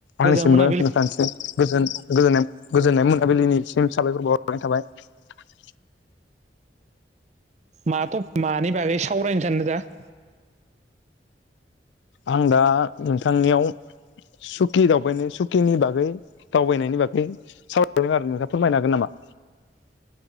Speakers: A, on the right (about 40°); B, on the left (about 85°).
A: गोजोन
B: आंनिसिमबो
A: मोनाबिलिनि
B: नोंथांनिसिम गोजोन गोजोननाय गोजोनाय मोनो मोनाबिलिनिसिम साबायखर बावहरनाय थाबाय‌ ।
A: माथो मानि बागै सावरायनो सानदों दा? <inaudible>
B: आं दा नोंथांनियाव सुखि दावबायनाय सुखिनि बागै दावबायनायनि बागै सावरायदों आरो नोंथांआ फोरमायनो हागोन नामा?
A: <inaudible>